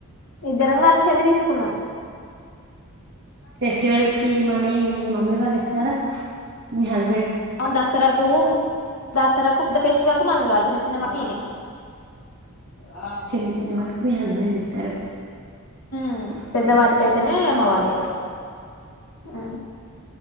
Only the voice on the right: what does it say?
ఫెస్టివల్ కి మనీ మీ మమ్మీ వాళ్ళు ఇస్తారా. మీ హస్బెం
చిన్న చిన్న వాటికి మీ హస్బెండ్ ఇస్తారు
ఓకే